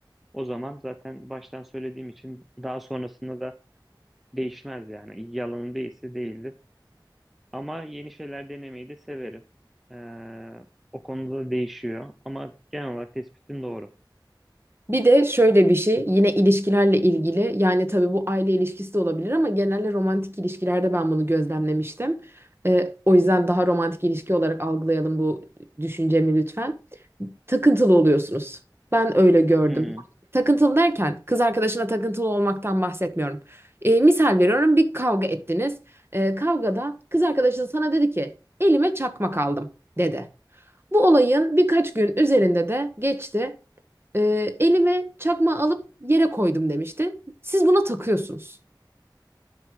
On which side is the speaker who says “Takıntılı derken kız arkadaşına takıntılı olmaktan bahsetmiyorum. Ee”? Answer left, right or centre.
Right